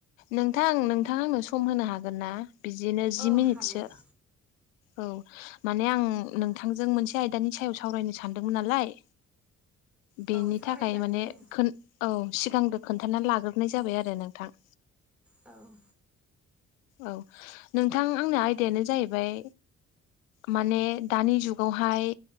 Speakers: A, on the left; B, in the centre.
A: नोंथां नोंथांङा आंनो सम होनो हागोन ना बिदिनो जि
B: औ
A: मिनिटसो
B: हागोन
A: औ माने आं नोंथांजों मोनसे आयदानि सायाव सावरायनो सानदोंमोन नालाय बेनि
B: औ सावरायजागोन
A: थाखाय माने
B: दे
A: औ सिगांग्रो खोन्थानानानै लाग्रोनाय जाबाय आरो नोंथां
B: औ
A: औ नोंथां आंनि आयदायानो जाहैबाय माने दानि जुगावहाय